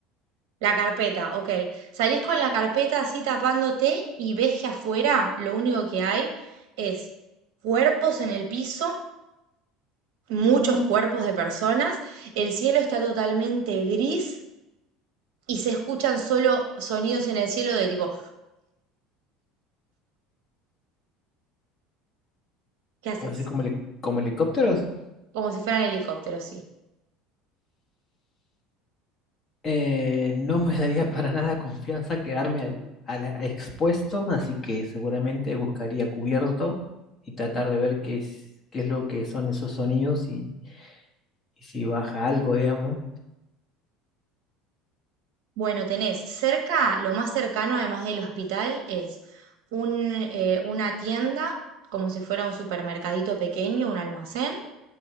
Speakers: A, on the right; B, on the left.
A: La carpeta, ok. Salís con la carpeta así tapándote y ves que afuera lo único que hay es cuerpos en el piso, muchos
B: Mm,
A: cuerpos de personas, el cielo está totalmente gris y se escuchan solo sonidos en el cielo de tipo, ¿qué haces?
B: Así como, heli- como helicópteros.
A: Como si fueran helicópteros, sí.
B: Eh, no me daría para nada confianza quedarme al, al expuesto, así que seguramente buscaría cubierto y tratar de ver qué es, qué es lo que son esos sonidos y, y si baja algo, digamos.
A: Bueno, tenés cerca, lo más cercano además del hospital es un, eh, una tienda, como si fuera un supermercadito pequeño, un almacén,